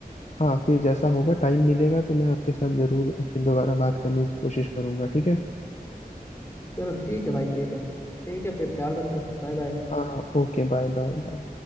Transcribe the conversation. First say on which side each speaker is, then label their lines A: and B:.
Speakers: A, on the left; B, on the left.
A: हाँ फिर जैसा होगा टाइम मिलेगा तो मैं आपके साथ जरूर फिर दोबारा बात करने की कोशिश करूंगा ठीक है
B: चलो ठीक है भाई ठीक है ठीक है फिर ख्याल रखो बाय बाय
A: हाँ हाँ ओके बाय बाय बाय